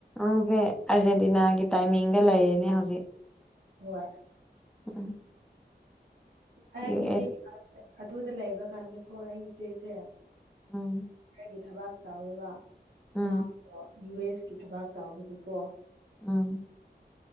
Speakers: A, in the centre; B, on the right.
A: ꯎꯪꯁꯦ ꯑꯔꯖꯦꯟꯇꯤꯅꯥꯒꯤ ꯇꯥꯏꯃꯤꯡꯒ ꯂꯩꯔꯤꯅꯦ ꯍꯧꯖꯤꯛ
B: ꯍꯣꯏ
A: ꯎꯝ
B: ꯑꯩ
A: ꯌꯨ
B: ꯏꯆꯦ
A: ꯑꯦꯁ
B: ꯑꯗꯨꯗ ꯂꯩꯕ ꯀꯥꯟꯗꯀꯣ ꯑꯩ ꯏꯆꯦꯁꯦ
A: ꯎꯝ
B: ꯑꯩꯒꯤ ꯊꯕꯥꯛ ꯇꯧꯋꯦꯕ
A: ꯎꯝ
B: ꯃꯥꯗꯣ ꯌꯨ ꯑꯦꯁ ꯀꯤ ꯊꯕꯥꯛ ꯇꯥꯎꯕꯒꯤꯀꯣ
A: ꯎꯝ